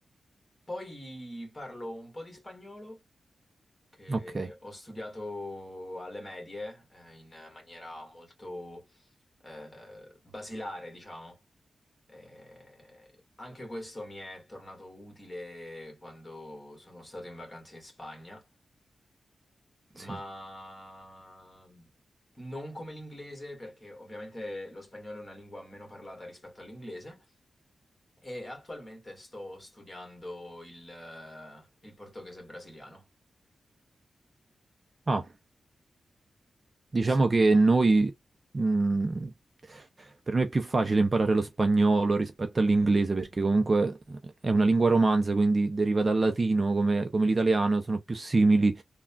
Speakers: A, on the left; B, on the right.
A: poi parlo un po' di spagnolo che
B: ok,
A: ho studiato alle medie, eh, in maniera molto eh, basilare, diciamo. Eh, anche questo mi è tornato utile quando sono stato in vacanza in Spagna,
B: sì.
A: ma non come l'inglese, perché ovviamente lo spagnolo è una lingua meno parlata rispetto all'inglese. E attualmente sto studiando il, eh, il portoghese brasiliano.
B: Ah, diciamo
A: Sì,
B: che
A: sì.
B: noi, mh, per me è più facile imparare lo spagnolo rispetto all'inglese perché comunque è una lingua romanza, quindi deriva dal latino come, come l'italiano, sono più simili